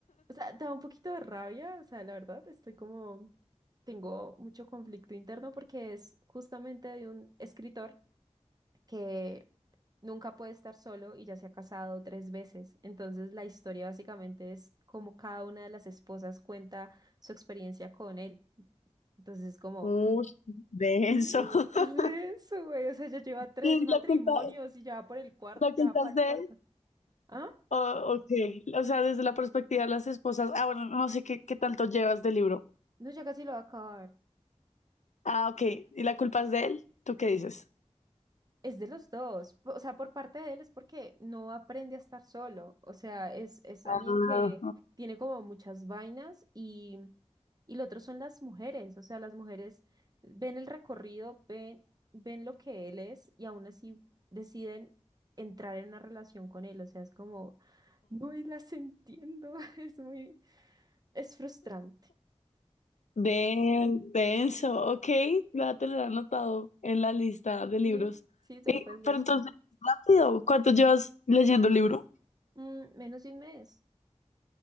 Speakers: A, on the right; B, on the left.
A: O sea, da un poquito de rabia, o sea, la verdad, estoy como, tengo mucho conflicto interno porque es justamente de un escritor que nunca puede estar solo y ya se ha casado tres veces. Entonces la historia básicamente es cómo cada una de las esposas cuenta su experiencia con él. Entonces es
B: <laughs>
A: como,
B: Uy, denso.
A: "Mm,
B: <laughs>
A: es re denso, güey. O sea, ya lleva tres
B: Y
A: matrimonios
B: la culpa,
A: y ya va por el cuarto,
B: La
A: ya
B: culpas
A: va para el
B: de,
A: cuarto. ¿Ah?
B: oh, ok, o sea, desde la perspectiva de las esposas, ah, bueno, no sé qué, qué tanto llevas del libro.
A: No, ya casi lo va a acabar.
B: Ah, ok, ¿y la culpa es de él? ¿Tú qué dices?
A: Es de los dos, po- o sea, por parte de él es porque no aprende a estar solo, o sea, es, es
B: Ah,
A: alguien que tiene como muchas vainas y, y lo otro son las mujeres, o sea, las mujeres ven el recorrido, ven, ven lo que él es y aún así deciden entrar en una relación con él, o sea, es como, no y las entiendo, <laughs> es muy, es frustrante,
B: de, denso, ok, la te lo he anotado en la lista de libros.
A: sí, sí, te
B: Eh,
A: lo puedes leer.
B: pero entonces, rápido, ¿cuánto llevas leyendo el libro?
A: Mm, menos de un mes,